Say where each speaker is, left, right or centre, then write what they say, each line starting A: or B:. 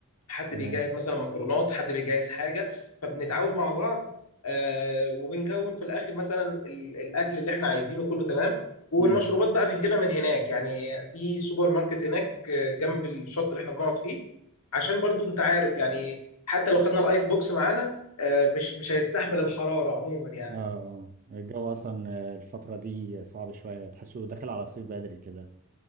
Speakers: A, on the left (about 80°); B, on the right (about 35°).
A: حد
B: تمام
A: بيجهز مثلا مكرونات حد بيجهز حاجه فبنتعاون مع بعض آه وبنكون في الاخر مثلا ال- الاكل اللي احنا عايزينه كله تمام والمشروبات
B: امم
A: بقى بنجيبها من هناك يعني في سوبر ماركت هناك آه، جنب الشط اللي احنا بنقعد فيه عشان برضو انت عارف يعني حتى لو خدنا الايس بوكس معانا آه مش مش هيستحمل الحراره عموما يعني
B: اه اه الجو اصلا آه، الفتره دي صعب شويه تحسه داخل على الصيف بدري كده